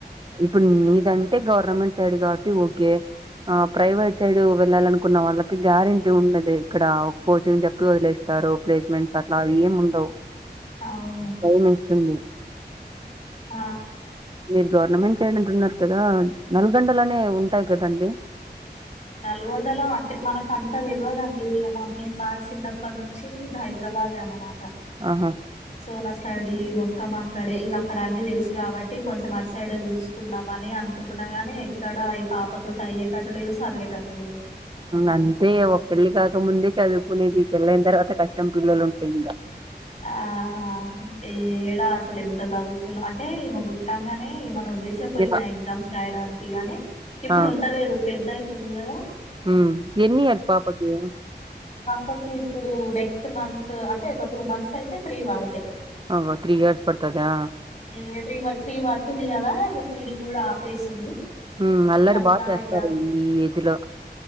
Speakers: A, on the right (about 25°); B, on the left (about 40°).
A: ఇప్పుడు నీదంటే గవర్నమెంట్ సైడ్ కాబట్టి ఓకే ఆ ప్రైవేట్ సైడ్ వెళ్ళాలనుకున్న వాళ్ళకి గ్యారెంటీ ఉండది ఇక్కడ కోచింగ్ చెప్పి వదిలేస్తారు ప్లేస్మెంట్స్ అట్లా అవి ఏం ఉండవు
B: అవును
A: బయాం ఇస్తుంది
B: ఆ
A: మీరు గవర్నమెంట్ చేయడంటున్నారు కదా నల్గొండలోనే ఉంటాయి కదండి
B: నల్గొండలో అంటే మనకు అంత తెలువదండి ఇగ మమ్మీ వాల్ మా చిన్నప్పటి నుంచి హైదరాబా దే అన్నమాట
A: ఆహా
B: సో నా స్టడి మొత్ త్తం అక్కడే ఇగ అక్కడ అన్ని తెలుసు కాబట్టి కొంచెం అటు సైడ్ చూసుకుందాం అని అనుకుంటున్నా గాని ఎక్క డ ఈ పాపతోటి అయ్యేటట్టు లేదు చదివేటట్టు లేదు
A: అంతే ఒ పెళ్ళి కాక ముందే చదువుకునేది పెళ్ళైన తర్వాత కష్టం పిల్లలు ఉంటే ఇంగ
B: ఆ అ ఏడా అసలు ఎంత చదువుకున్నాం అంటే ఇమ పుట్టంగానే ఏమనోదిలేసే పోయినా
A: ఇగ
B: ఎగ్జామ్స్ రాయడానికి గాని ఇప్పుడు
A: ఆ
B: ఉంట లేదు పెద్ద అయితుంది కదా
A: మ్ ఎన్ని ఇయర్స్ పాపకి
B: పకి ఇప్పుడు నెక్స్ట్ మంత్ అంటే ఒక టూ మంత్స్ అయితే త్రీ పడుతయ్
A: ఒ త్రీ ఇయర్స్ పడుతదా
B: ఇక త్రీ త్రీ పడుతుంది కదా ఇగ ఫీడింగ్ కూడా ఆపేసింది
A: మ్ అల్లరి
B: ఇంక అట్లా
A: బాగా చేస్తారు
B: ఇక
A: ఈ ఏజ్ లో